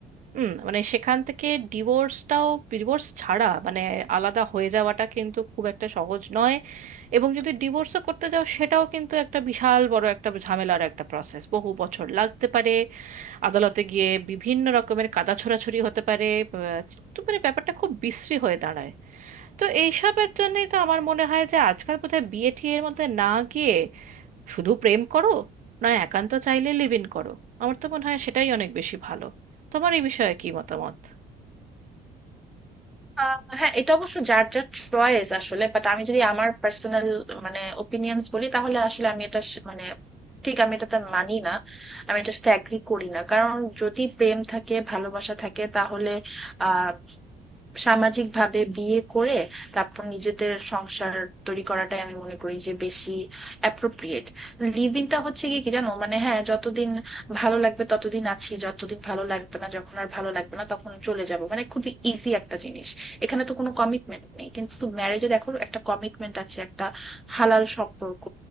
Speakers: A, on the right; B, in the centre.
A: হুম মানে সেখান থেকে ডিভোর্সটাও ডিভোর্স ছাড়া মানে আলাদা হয়ে যাওয়াটা কিন্তু খুব একটা সহজ নয় এবং যদি ডিভোর্সও করতে যাও সেটাও কিন্তু একটা বিশাল বড় একটা ঝামেলার একটা প্রসেস বহু বছর লাগতে পারে আদালতে গিয়ে বিভিন্ন রকমের কাদা ছোড়াছুড়ি হতে পারে আহ, তো মানে ব্যাপারটা খুব বিশ্রী হয়ে দাঁড়ায় তো এইসবের জন্যই তো আমার মনে হয় যে আজকাল বোধহয় বিয়ে টিয়ের মধ্যে না গিয়ে শুধু প্রেম করো নয় একান্ত চাইলে লিভ ইন করো আমার তো মনে হয় সেটাই অনেক বেশি ভালো তোমার এই বিষয়ে কি মতামত
B: আহ, হ্যাঁ এটা অবশ্য যার যার চয়েস আসলে বাট আমি যদি আমার পার্সোনাল মানে ওপিনিয়ন্স বলি তাহলে আসলে আমি এটা স- মানে ঠিক আমি এটাতে মানি না আমি এটার সাথে অ্যাগ্রি করি না কারণ যদি প্রেম থাকে ভালোবাসা থাকে তাহলে আহ সামাজিকভাবে বিয়ে করে তারপর নিজেদের সংসার তৈরি করাটাই আমি মনে করি যে বেশি অ্যাপ্রোপ্রিয়েট লিভ ইনটা হচ্ছে কি কি জানো মানে হ্যাঁ যতদিন ভালো লাগবে ততদিন আছি যতদিন ভালো লাগবে না যখন আর ভালো লাগবে না তখন চলে যাব মানে খুবই ইজি একটা জিনিস এখানে তো কোনো কমিটমেন্ট নেই কিন্তু ম্যারেজে দেখো একটা কমিটমেন্ট আছে একটা হালাল সম্পর্ক